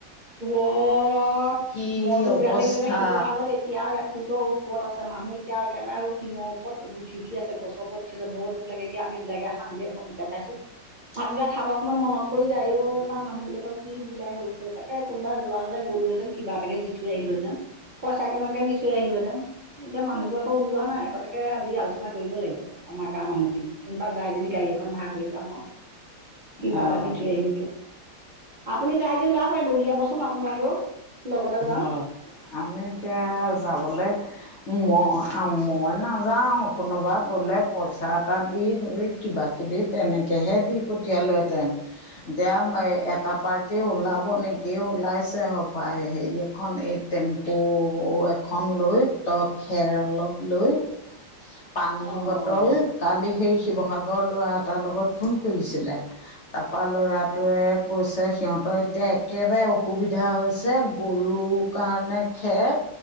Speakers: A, on the right; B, on the left.
A: অ',
B: কি
A: মনটো
B: অৱস্থা
A: বেয়া লাগিছে দে শিৱসাগৰত এতিয়াওঁ এক ফুটৰ উ' ওপৰত আছে মানুহ এতিয়া একেবাৰে টিংৰ ওপৰত উঠি উঠি আছে, গছৰ ওপৰত উঠি আছে। বৰ দুখ লাগে এতিয়া আমি বিলাকে শান্তিৰে ভাতকেইটা খাইছো।
B: <inaudible>
A: ভাতকেইটা খাব সময়ত মনত পৰি যায় অ' তাৰ মানুহ বিলাকৰ কি বিলাই হৈছে। তাক হে, কোনোবা যোৱা হ'লে গ'লোঁহেঁতেন, কিবা এটাকে দি থৈ আহিলোঁহেঁতেন, পইচা কেইটামানকে দি থৈ আহিলোঁহেঁতেন। এতিয়া মানুহবোৰ আকৌ ওলোৱা নাই, আকৌ তাকে আজি আলোচনা কৰিব লাগিব। আমাৰ গাঁৱৰ মানুহখিনি কোনোবা যায় যদি, গাড়ী এখন ভাড়া কৰি যাম আৰু। কিবা
B: অ'
A: এটা দি থৈ আহিমগে, আপুনি যায় যদি ওলাওক। উলিয়াবচোন, আপোনালোকেও। লগতে যাম
B: অ, আমি এতিয়া যাবলে। মই মই নাযাওঁ, কোনোবা গলে পইচা এটা দি হৈ কিবা। কিবা তেনেকেহে দি পঠিয়ালোহেঁতেন। <inaudible> এটা পাৰ্টি ওলাব নেকি, ওলাইছে হ'পায়। হেৰি, এখন এই টেম্পু এখন লৈ টপ খেৰ অলপ লৈ। পানী
A: অ'
B: বটল। কালি সেই শিৱসাগৰৰ ল'ৰা এটাৰ লগত ফোন কৰিছিলে। তাৰপা ল'ৰাটোৱে কৈছে, সিহঁতৰ এতিয়া একেবাৰে অসুবিধা হৈছে। গৰুৰ কাৰণে খেৰ।